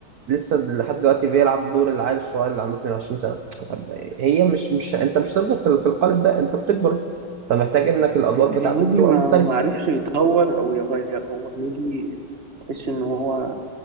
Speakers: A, on the right; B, on the right.
A: لسه لحد دلوقتي بيلعب دور العيل الصغير اللي عنده 22 سنه طب هي مش مش انت مش هتفضل في في القالب ده انت بتكبر فمحتاج انك الادوار
B: ه-
A: بتاعتك
B: هنيدي
A: تبقى
B: ما
A: مختلفه
B: ما عرفش يطور او يغير هو هنيدي تحس ان هو